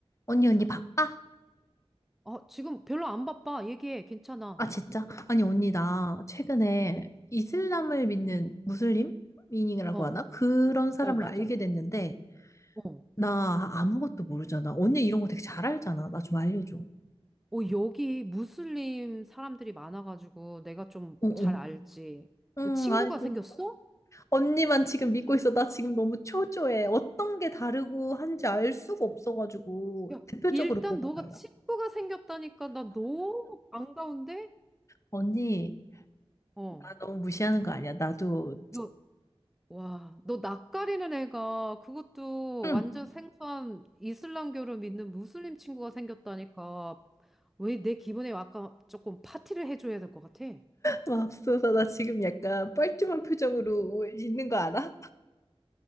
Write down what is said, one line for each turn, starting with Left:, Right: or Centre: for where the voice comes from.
Left: 언니, 언니 바빠?
Centre: 아, 지금 별로 안 바빠. 얘기해. 괜찮아.
Left: 아, 진짜? 아니, 언니, 나
Centre: 어,
Left: 최근에
Centre: 어,
Left: 이슬람을 믿는 무슬림? 미닝이라고
Centre: 어,
Left: 하나? 그런 사람을
Centre: 어, 맞아.
Left: 알게 됐는데,
Centre: 어.
Left: 나 아무것도 모르잖아. 언니 이런 거 되게 잘 알잖아. 나 좀 알려줘.
Centre: 어, 여기 무슬림 사람들이 많아가지고 내가 좀
Left: 응,
Centre: 잘
Left: 응.
Centre: 알지.
Left: 응,
Centre: 그 친구가
Left: 알고
Centre: 생겼어?
Left: 있어. 언니만 지금 믿고 있어. 나 지금 너무 초조해. 어떤 게 다르고 한지 알 수가 없어가지고,
Centre: 야,
Left: 대표적으로
Centre: 일단
Left: 뭐가
Centre: 너가
Left: 달라?
Centre: 친구가 생겼다니까 나 너무 반가운데?
Left: 언니,
Centre: 어.
Left: 나 너무 무시하는 거 아니야? 나도,
Centre: 너, 와, 너 낯가리는 애가 그것도
Left: 응.
Centre: 완전 생소한 이슬람교를 믿는 무슬림 친구가 생겼다니까. 왜 내 기분에 아까 조금 파티를 해줘야 될 것 같아?
Left: 맙소사, <laughs> 나 지금 약간 뻘쭘한 표정으로 있는 거 알아?